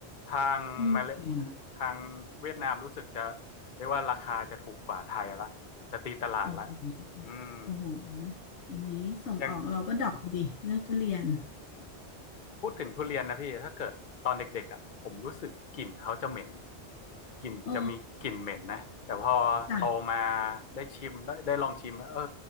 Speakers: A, on the left (about 50°); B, on the left (about 85°).
A: ทางมาเล
B: อืม
A: ทางเวียดนามรู้สึกจะเรียกว่าราคาจะถูกกว่าไทยละจะตีตลาดละ
B: โอ้โหโอ้โห
A: อืม
B: อย่างนี้ส่งออกเราก็ดรอกดีเรื่องทุเรียน
A: ยัง พูดถึงทุเรียนนะพี่ถ้าเกิดตอนเด็กๆอ่ะผมรู้สึกกลิ่นเขาจะเหม็นกลิ่นจะมีกลิ่นเหม็นนะแต่พอโตมา
B: โอ้จัด
A: ได้ชิมได้ได้ลองชิมเออ